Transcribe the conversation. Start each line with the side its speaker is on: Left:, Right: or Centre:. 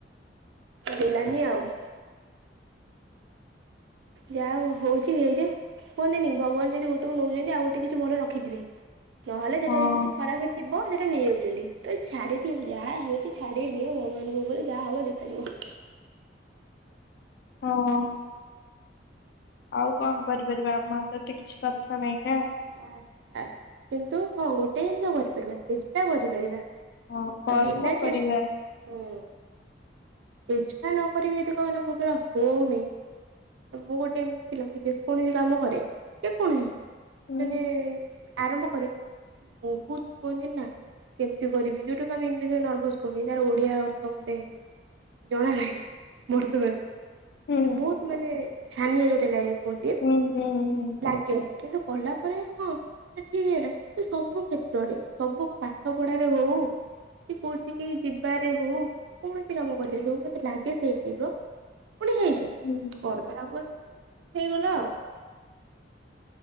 Right: ଦେଲାନି ଆଉ। ଯା ହଉଛି ହେଇଯାଉ। କୁହନ୍ତିନି ଭଗବାନ ଯଦି ଗୋଟେକୁ ନଉଚନ୍ତି ଆଉ ଗୋଟେ କିଛି ଭଲ ରଖିଥିବେ। ନହେଲେ ସେଟାରେ
Left: ହଁ।
Right: କିଛି ଖରାପ ଥିବ ସେ ଟା ନେଇ ଯାଉଚନ୍ତି ତ ଛାଡି <unintelligible> ଯାହା ହଉଛି ଛାଡି ଦିଅ ଭଗବାନଙ୍କ ଉପରେ ଯାହା ହବ ଦେଖାଯିବ।
Left: ହଁ। ଆଉ କଣ କରିପାରିବା ଆମର ତ ଏତେ କିଛି କଥା ନାହିଁ ନା।
Right: ବାସ୍ ବାସ୍ କିନ୍ତୁ ହଁ ଗୋଟେ ଜିନିଷ କରିପାରିବା ଚେଷ୍ଟା କରିପାରିବା।
Left: ହଁ କର୍ମ
Right: ଆ ବିନା
Left: କରିବା
Right: ଚେସ୍ ହୁଁ। ଚେଷ୍ଟା ନ କରିକି ଯଦି କହିବ ନା ମୋ ଦ୍ୱାରା ହଉନି। ମୁଁ ଗୋଟେ ଏମିତି ପିଲା ମୁଁ ଯେକୌଣସି କାମ କରେ ଯେକୌଣସି
Left: ହୁଁ
Right: ମାନେ ଆରମ୍ଭ କରେ ବହୁତ୍ କୁହନ୍ତି ନା କେମିତି କରିବି ଯଉଟାକୁ ଆମେ ଇଂଲିଶରେ ନର୍ଭସ୍ କୁହନ୍ତି ତାର ଓଡିଆ ଅର୍ଥ ମୋତେ ଜଣା ନାହିଁ ବର୍ତ୍ତମାନେ
Left: ହୁଁ
Right: ବହୁତ ମାନେ ଛାନିଆ ଯଉଟାରେ ଲାଗେ କୁହନ୍ତି।
Left: ହୁଁ ହୁଁ ହୁଁ।
Right: ଲାଗେ କିନ୍ତୁ କଲା ପରେ ହଁ। ଆ ଠିକ୍ ଏଟା <unintelligible> ସବୁ କ୍ଷେତ୍ରରେ ସବୁ ପାଠ ପଢାରେ ହଉ କି କୋଉଠିକି ଯିବାରେ ହଉ କୌଣସି କାମ କରିବାରେ ହଉ ମତେ ଲାଗେ ସେଇ ଟାଇପ ର। ପୁଣି ହେଇଯାଏ।
Left: ହୁଁ।
Right: କରିଦେଲା ପର ହେଇଗଲା ଆଉ।